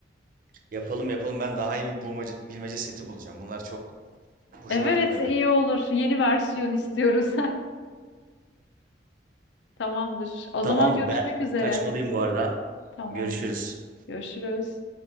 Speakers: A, on the right; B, on the left.
A: yapalım yapalım. Ben daha iyi bir bulmaca, bilmece seti bulacağım. Bunlar çok hoşuma
B: Evet
A: gitmedi.
B: iyi olur. Yeni versiyon istiyoruz. <laughs> Tamamdır. O
A: Tamamdır
B: zaman görüşmek
A: ben
B: üzere.
A: kaçmalıyım bu arada.
B: Tamamdır.
A: Görüşürüz.
B: Görüşürüz.